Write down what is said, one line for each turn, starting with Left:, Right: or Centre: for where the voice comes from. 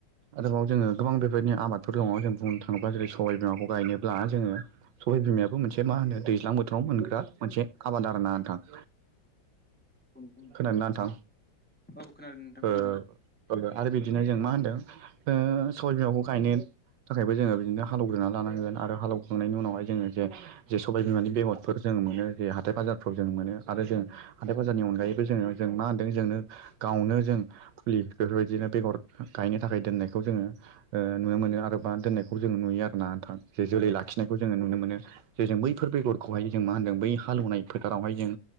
Right: आरोबाव जोङो गोबां बेबायदिनो आबादफोर दङ जों बुंनो थाङोब्ला जेरै सबबाय बिमाखौ गायनोब्ला दा जोङो सबाय बिमायाबो मोनसे मा होनो दैज्लां बोथोराव मोनग्रा मोनसे आबाद आरो ना नोंथां।
Centre: <unintelligible>
Right: खोनादों ना नोंथां
Centre: औ खोनादों नोंथां खोनादों
Right: ओ आरो बिदिनो जों मा होनदों? ओ सबाय बिमाखौ गायनो थाखायबो जोङो बिदिनो हालौग्रोना लानांगोन आरो हालौखांनायनि उनावहाय जोङो जे जे सबाय बिमानि बेगरफोर जों जों मोनो जे हाथाय बाजारफ्राव जों मोनो आरो जों हाथाय बाजारनि अनगायैबो जोङो जों मा होनदों जोंनो गावनो जों फुलि बेफोरबायदिनो बेगर गायनो थाखाय दोननायखौ जोङो नुनो मोनो आरो बा दोननायखौ जों नुयो आरोना नोंथां। जे जोलै लाखिनायखौ जोङो नुनो मोनो जे जों बैफोर बेगरखौहाय जों मा होनदों बै हालौनाय फोथारावहाय जों